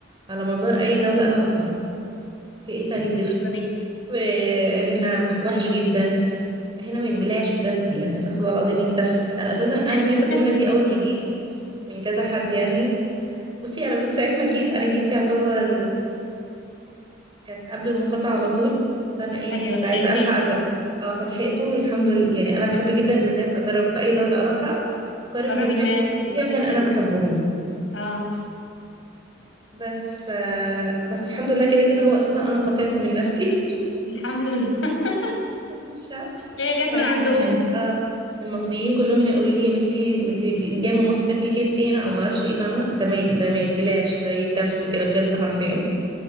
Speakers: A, on the right; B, on the left.
A: على مدار اي دولة انا رحتها في ايطالي زفت
B: سوري.
A: في هنا وحش جدا هنا ما يتبلعش بجد يعني استغفر الله العظيم يتف انا اساسا انا
B: <laughs>
A: سمعت الجملة دي اول ما جيت من كذا حد يعني بصي انا كنت ساعة ما جيت انا جيت يعتبر كانت قبل المقاطعة على طول فانا ايه
B: أيوة
A: كنت
B: لحقتيه
A: عايزة الحق أج... اه فلحقته الحمد لله يعني انا بحب جدا بالذات اجرب في اي دولة اروحها اقارن
B: جربي
A: بين ماك
B: ماك
A: وكي اف سي
B: جربي
A: عشان
B: كيك
A: انا بحبهم
B: اه
A: بس ف بس الحمد لله كده كده هو اساسا انا قطعته من نفسي
B: الحمد لله <laughs>
A: <laughs> قبل الشعب
B: هي جت
A: فانا
B: من عندهم
A: سمعت آه، المصريين كلهم هنا يقولوا لي يا بنتي انت جايه من مصر تاكلي كي اف سي هنا او ما اعرفش ايه فاهمه ده ما ي- ده ما يتبلاش ده يتف كده بجد حرفيا